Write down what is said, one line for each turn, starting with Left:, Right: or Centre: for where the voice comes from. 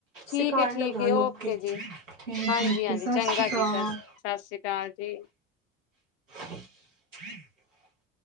Left: ਠੀਕ
Right: ਸਿਖਣ
Left: ਹੈ ਠੀਕ
Right: ਲਗਾ
Left: ਹੈ ਓਕੇ
Right: ਲੋਕੀ ਓ
Left: ਜੀ
Right: ਸਤਿ
Left: ਹਾਂਜੀ ਹਾਂਜੀ
Right: ਸ੍ਰੀ
Left: ਚੰਗਾ
Right: ਅਕਾਲ
Left: ਜੀ ਸਤਿ ਸਤਿ ਸ੍ਰੀ ਅਕਾਲ ਜੀ
Right: ਹਮ